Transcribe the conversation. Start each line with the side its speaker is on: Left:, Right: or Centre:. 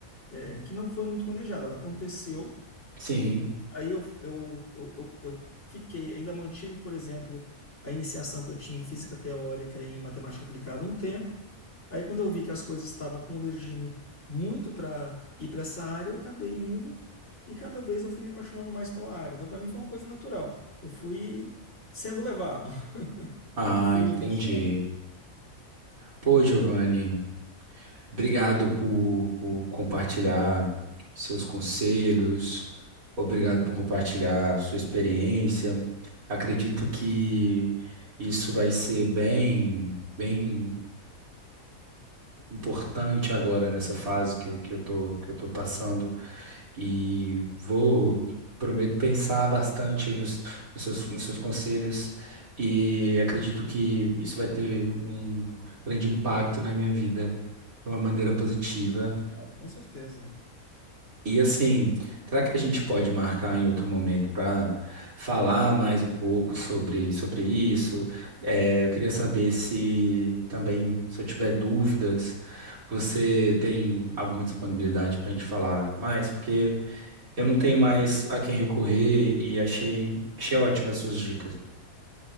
Left: eh, que não foi muito planejada, ela aconteceu
Right: Sim.
Left: Aí eu, eu, eu, eu eu fiquei, ainda mantive, por exemplo, a iniciação que eu tinha em física teórica e em matemática aplicada um tempo. Aí, quando eu vi que as coisas estavam convergindo muito para ir para essa área, eu acabei indo e cada vez eu fui me apaixonando mais pela área. Então, para mim, foi uma coisa natural. Eu fui sendo levado <laughs>
Right: Ah,
Left: e fui
Right: entendi.
Left: me encaixando.
Right: Pô, Giovanni, obrigado por, por compartilhar seus conselhos, obrigado por compartilhar sua experiência. Acredito que isso vai ser bem, bem importante agora nessa fase que, eu- que eu tô, que eu tô passando. E vou,
Left: Uhum.
Right: prometo pensar bastante aí nos, nos seus, nos seus conselhos e acredito que isso vai ter um grande impacto na minha vida de uma maneira positiva.
Left: Não, com certeza.
Right: E assim, será que a gente pode marcar em outro momento para falar mais um pouco sobre, sobre isso? Eh, eu queria saber se também, se eu tiver dúvidas, você tem alguma disponibilidade para a gente falar mais? Porque eu não
Left: Claro,
Right: tenho mais a quem recorrer e achei, achei ótimas suas dicas.